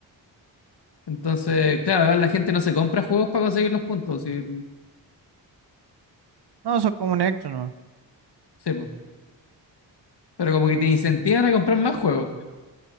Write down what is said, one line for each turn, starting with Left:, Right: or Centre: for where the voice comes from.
Left: Entonces, claro, igual la gente no se compra juegos para conseguir los puntos. si
Right: No, son como un extra,
Left: Sí, po. Pero como que te incentivan a comprar más juegos.